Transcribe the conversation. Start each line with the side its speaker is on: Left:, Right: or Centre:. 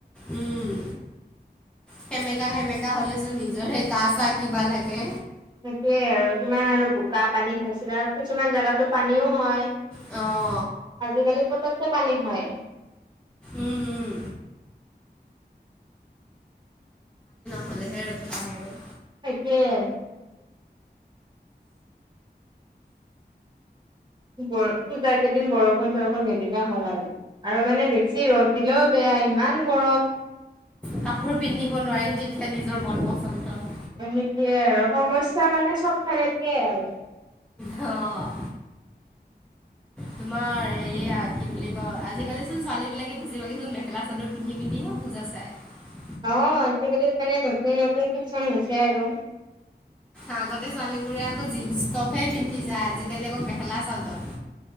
Centre: উম। সেমেকা সেমেকা হ'লে চোন নিজৰে গা চা কিবা লাগে।
Right: সেইটোয়ে আৰু। কিমান আৰু বোকা পানী হৈছিল আৰু কিছুমান জাগাতো পানীও হয়।
Centre: অ'।
Right: আজিকালি পটককে পানী হয়।
Centre: উম উম হ'লেহে ৰক্ষা আৰু।
Right: তাকেহে। বৰ-পূজা কেইদিন বৰষুণ চৰষুণ নিদিলে হ'ল আৰু মানে বেছি ৰ'দ দিলেও বেয়া। য়া ইমান গৰম।
Centre: কাপোৰ পিন্ধিব নোৱাৰি তেতিয়া নিজৰ মন পচন্দৰ।
Right: সেইটোয়ে আৰু সমস্যা মানে চবফালে দিয়ে আৰু।
Centre: অ'। তোমাৰ এইয়া কি বুলি কয় আজিকালিচোন ছোৱালীবিলাকে বেছি ভাগে মেখালা চাদৰ পিন্ধি পিন্ধিহে পূজা চাই।
Right: অ' আজিকালি মানে নতুন নতুন ফেচন হৈছে আৰু।
Centre: আগতে ছোৱালীবোৰে আকৌ জীন্স টপহে পিন্ধি যায়। আজিকালি আকৌ মেখেলা চাদৰ।